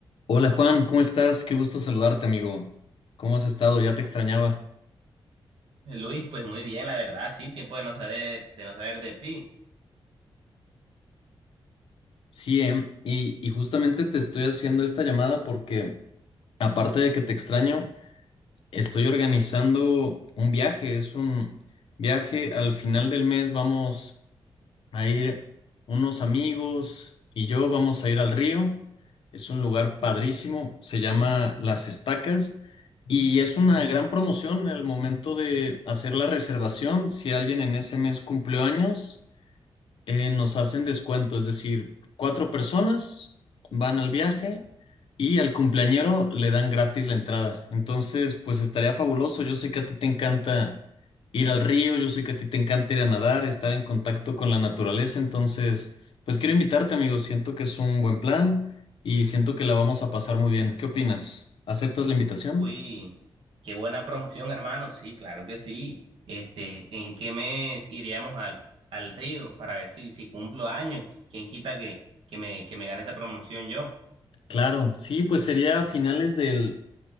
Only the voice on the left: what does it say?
Hola Juan, ¿cómo estás? Qué gusto saludarte, amigo. ¿Cómo has estado? Ya te extrañaba.
Sí, em, Y, y justamente te estoy haciendo esta llamada porque, aparte de que te extraño, estoy organizando un viaje. Es un viaje al final del mes. Vamos. a ir unos amigos y yo vamos a ir al río. Es un lugar padrísimo, se llama Las Estacas y es una gran promoción al momento de hacer la reservación. Si alguien en ese mes cumplió años, eh, nos hacen descuento, es decir, cuatro personas van al viaje y al cumpleañero le dan gratis la entrada. Entonces, pues estaría fabuloso. Yo sé que a ti te encanta ir al río, yo sé que a ti te encanta ir a nadar, estar en contacto con la naturaleza. Entonces, pues quiero invitarte, amigo. Siento que es un buen plan y siento que la vamos a pasar muy bien. ¿Qué opinas? ¿Aceptas la invitación?
Claro, sí, pues sería a finales del,